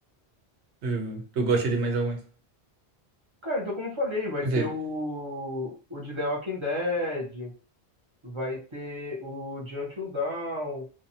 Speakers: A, on the right; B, on the right.
A: tu, tu gosta de mais alguns?
B: Cara, então como eu falei, vai
A: Quer dizer,
B: ter o, o de The Walking Dead, vai ter o de Until Dawn,